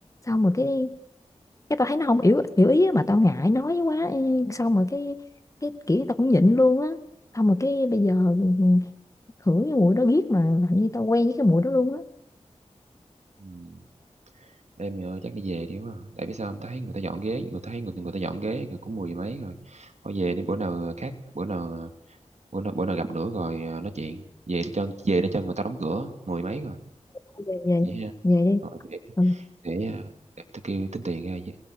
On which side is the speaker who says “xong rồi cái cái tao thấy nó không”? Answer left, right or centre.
Left